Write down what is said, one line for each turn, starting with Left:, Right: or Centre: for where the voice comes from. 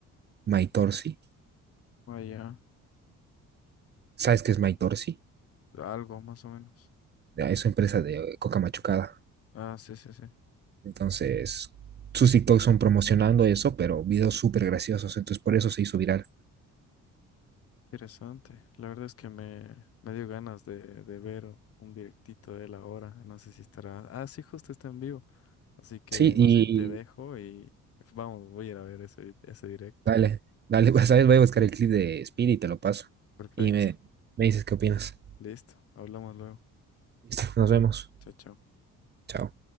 Right: MyTorsi.
Left: Vaya,
Right: ¿Sabes qué es MyTorsi?
Left: algo más o menos.
Right: Ya, Es su empresa de coca machucada.
Left: Ah, sí, sí, sí.
Right: Entonces, sus TikToks son promocionando eso, pero videos súper graciosos, entonces por eso se hizo viral.
Left: Interesante. La verdad es que me, me dio ganas de, de ver un directito de él ahora. No sé si estará. Ah, sí, justo está en vivo. Así que
Right: Sí,
Left: más
Right: y
Left: bien te dejo y vamos, voy a ir a ver ese, ese directo.
Right: dale, dale, <laughs> pues, ¿sabes? Voy a buscar el clip de Speedy y te lo paso.
Left: Perfecto.
Right: Y me, me dices qué opinas.
Left: Listo. Hablamos luego.
Right: Listo, nos vemos.
Left: Chao, chao.
Right: Chao.